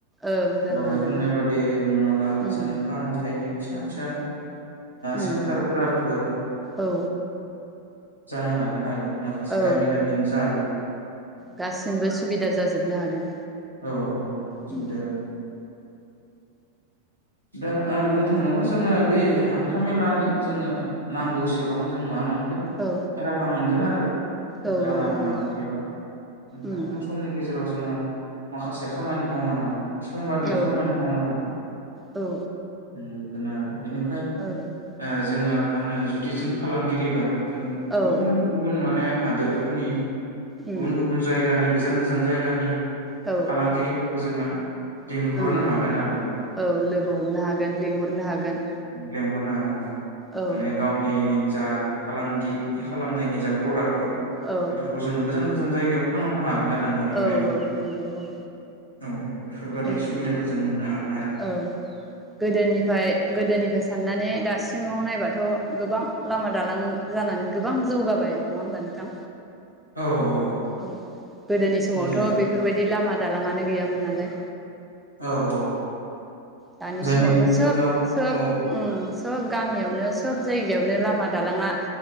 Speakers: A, in the centre; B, on the right.
A: ओं जानो
B: दहाय
A: हागोन
B: बुंनाय बादि मोनाला
A: ओं
B: जोंनाआ
A: उम
B: फाहामथाय बिनि फिसा फिसा
A: उम
B: सेन्टारफोराबो
A: औ
B: जानो हागोन आरो माखासे
A: औ
B: गामि गामिनो जागोन
A: गासिमबो सुबिदा जाजोबनो हागोन
B: औ औ-औ
A: उम
B: सुबिदा जाबाय दा बुंनो थाङोबा जोङो बै हान्थाामेलानि जोङो नांगौसेबां जों मा मोनगोन
A: औ
B: राहा मोनगोन आरो
A: औ
B: लामा-दालां
A: नंगौ
B: थायोबा ओमफ्राय
A: उम
B: खम समनि गेजेराव जोङो माखासे खामानि मावनो हागोन समबादि
A: औ
B: खामानि मावनो हागोन
A: औ
B: आरो बेनिफ्राय फ्राय
A: औ
B: ओ जोङो मा होनो जुदि जों फालांगिरिबा जों
A: औ
B: गुबुन-गुबुन माने हादोरफोरनि
A: उम
B: गुबन-गुबुन जायगानि गोजान-गोजान जायगानि
A: औ
B: फालांगिरिफोरखौ खौ जोङो लिंहरनो
A: ओं
B: हागोन आरो
A: औ लोगो हमनो हागोन लिंहरनो हागोन
B: लिंहरनो हागोन औ
A: औ
B: माने गावनि जा फालांगि खालामनायनि जा प्रडाक्ट फोर
A: औ
B: बेफोरखौ जों गोजान-गोजान जायगायाव फानहरनो हागोन आरो न'निफ्रायनो
A: औ-औ नंगौ औ
B: औ बेफोरबादि
A: औ
B: सुबिदाखौ जों मोननो हागोन आरो
A: औ गोदोनिफ्राय गोदोनिफ्राय साननानै दासिमाव नायबाथ' गोबां लामा दालां जानानै गोबां जौगाबाय नङा होमबा नोंथां?
B: औ औ
A: औ गोदोनि समावथ'
B: जाय
A: बेफोरबायदि लामा दालाङानो गैयामोन गैयामोन नालाय
B: औ औ
A: दानि
B: जायनि
A: समावथ' सोब
B: गोजौआव
A: सोब
B: औ ओं
A: सब गामियावनो सब जायगायावनो लामा दालाङा